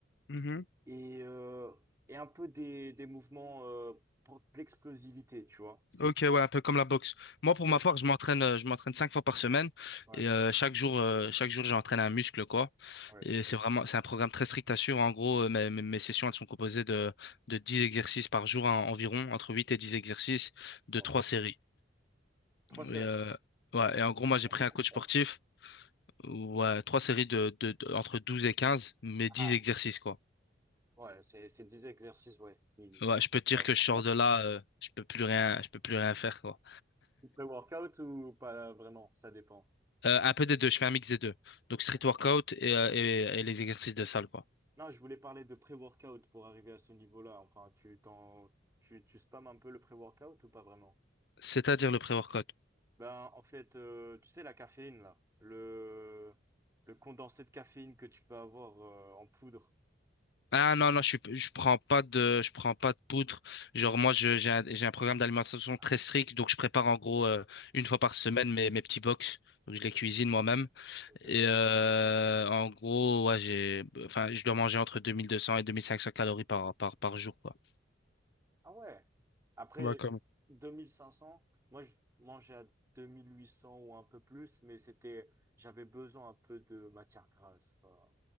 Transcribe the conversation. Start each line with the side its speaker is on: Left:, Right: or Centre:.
Left: Mhm.
Right: Et, euh, et un peu des, des mouvements euh, pour de l'explosivité, tu vois. C'est...
Left: Ok, ouais, un peu comme la boxe. Moi, pour
Right: Ouais,
Left: ma part, je m'entraîne, euh, je m'entraîne cinq fois par semaine
Right: ouais,
Left: et euh, chaque jour, euh, chaque jour, j'entraîne un muscle, quoi.
Right: ouais.
Left: Et c'est vraiment, c'est un programme très strict à suivre. En gros, euh, mes, mes, mes sessions, elles sont composées de, de 10 exercices par jour, en- environ, entre 8 et 10 exercices de
Right: ouais.
Left: 3 séries.
Right: Trois séries.
Left: Et, euh, ouais, et en gros,
Right: C'est
Left: moi, j'ai
Right: pas
Left: pris
Right: beaucoup,
Left: un coach
Right: ça.
Left: sportif,
Right: hein.
Left: ouais, 3 séries de, de, de- entre douze et quinze mais
Right: Ah,
Left: 10 exercices, quoi.
Right: Ouais, c'est c'est 10 exercices, ouais. qui-
Left: Ouais, je peux te dire
Right: <laughs>
Left: que je sors de là, euh, je peux plus rien, je peux plus rien faire, quoi.
Right: Pré-workout ou pas vraiment, ça dépend.
Left: Euh, un peu des deux, je fais un mix des deux. Donc street
Right: Ouais.
Left: workout et, euh, et, et les exercices de salle, quoi.
Right: Non, je voulais parler de pré-workout pour arriver à ce niveau-là. Enfin, tu t'en, tu, tu spams un peu le pré-workout ou pas vraiment?
Left: C'est-à-dire le pré-workout.
Right: Ben, en fait, euh, tu sais, la caféine, là, le, le condensé de caféine que tu peux avoir euh, en poudre.
Left: Ah non, non, je suis, je prends pas de, je prends pas de poudre. Genre moi, je- j'ai un, j'ai un programme d'alimentation
Right: Ah,
Left: très strict, donc je prépare en gros euh, une fois par semaine mes, mes petits box. Donc je les cuisine moi-même.
Right: ok,
Left: Et euh, en gros, ouais, j'ai, enfin, je dois manger entre 2200 et 2500 calories par, par, par jour, quoi.
Right: Ah ouais. Après
Left: Ouais, comme.
Right: 2500, moi je mangeais à 2800 ou un peu plus, mais c'était j'avais besoin un peu de matière grasse. quoi.